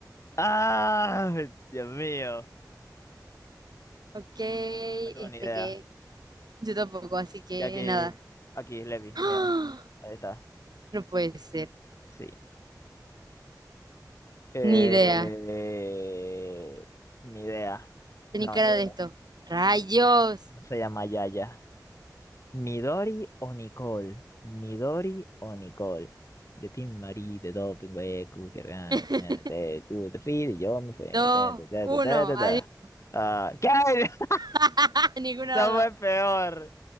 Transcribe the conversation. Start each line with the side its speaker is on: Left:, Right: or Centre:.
Left: ¡Ah! Dios mío.
Right: Ok, este
Left: No tengo ni idea.
Right: que. Yo tampoco, así que
Left: Ya que
Right: nada.
Left: aquí es Levi.
Right: <gasps> ¡Ah!
Left: Mira. Ahí está.
Right: No puede ser.
Left: Sí. Eh,
Right: Ni idea.
Left: ni idea.
Right: Tenía
Left: No,
Right: cara
Left: ni idea.
Right: de esto. Rayos.
Left: No se llama Yaya. Midori o Nicole. Midori o Nicole. De Team Marie, de Doping, Weku, que ra-
Right: <laughs>
Left: que na- te tú, te fui, de, yo me fui.
Right: Dos,
Left: ta, ta, ta,
Right: uno.
Left: ta, ta, ta,
Right: Adiós.
Left: ta. Ah, ¿qué? <laughs>
Right: <laughs> Ninguno
Left: Esto
Right: de los
Left: fue
Right: dos.
Left: peor.